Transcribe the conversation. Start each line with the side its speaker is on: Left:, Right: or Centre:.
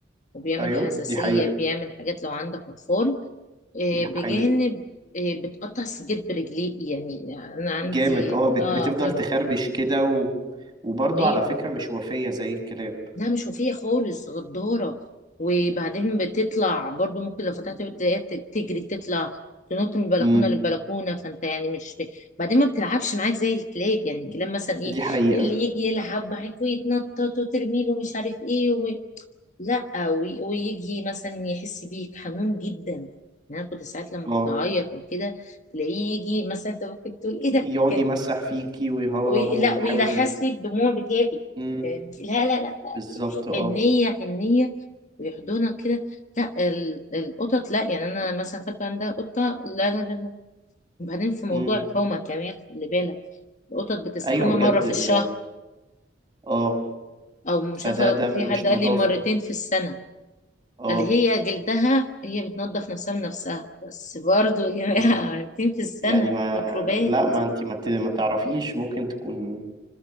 Left: وبيعمل
Right: ايوه
Left: حساسية
Right: دي حقيقة
Left: بيعمل حاجات لو عندك أطفال آه،
Right: دي حقيقة
Left: بجانب آه، بتقطع السجاد برجليك يعني أنا عندي
Right: جامد اه بت...
Left: آه
Right: بتفضل
Left: آه،
Right: تخربش كده و... وبرضه
Left: رهيبة
Right: على فكرة مش وفية زي الكلاب
Left: لا مش وفية خالص غدارة وبعدين بتطلع برضو ممكن لو فتحت بتلاقيها ت- تجري تطلع تنط من بلكونة
Right: امم
Left: للبلكونة فانت يعني مش بعدين ما بتلعبش معاك زي الكلاب يعني الكلاب مثلا ايه
Right: دي حقيقة
Left: اللي يجي يلعب معاك ويتنطط وترمي له مش عارف ايه و... لا وي... ويجي مثلا يحس بيك حنون جدا يعني انا كنت ساعات لما
Right: اه
Left: كنت اعيط او كده تلاقيه يجي مثلا انت ممكن تقول ايه ده
Right: يقعد
Left: كان
Right: يمسح فيكي ويهوهو
Left: وي... لا
Right: ويحاول
Left: ويلهس
Right: ي...
Left: لي الدموع بتاعي
Right: مم.
Left: يعني لا لا لا لا،
Right: بالظبط اه
Left: حنية حنية ويحضنك كده لا ال- القطط لا يعني انا مثلا خدت عندها قطة لا لا لا لا وبعدين في موضوع
Right: مم.
Left: الحومة كمان خلي بالك القطط بتستحمى
Right: ايوه بجد
Left: مرة في
Right: ال...
Left: الشهر
Right: اه
Left: او مش
Right: فده
Left: عارفة
Right: ده مش
Left: في حد قال
Right: نظافة
Left: لي مرتين في السنة
Right: اه
Left: قال هي جلدها هي بتنظف نفسها بنفسها بس برضو يا
Right: مم.
Left: جماعة مرتين في السنة
Right: يعني ما
Left: ميكروبات
Right: لا ما انت ما, ت... ما تعرفيش ممكن تكون